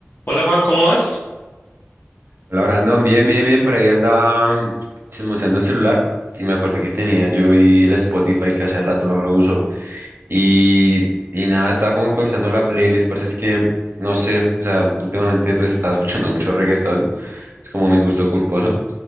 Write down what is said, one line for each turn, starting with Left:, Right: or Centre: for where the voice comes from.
Left: Hola Juan, ¿cómo vas?
Right: Hola, Brandon, bien, bien, bien, por ahí andaba mm, chismoseando el celular y me acordé que tenía yo y el Spotify que hace rato no lo uso y, y nada, estaba como actualizando la playlist, parece es que, no sé, o sea, últimamente pues estaba escuchando mucho reggaetón, es como mi gusto culposo,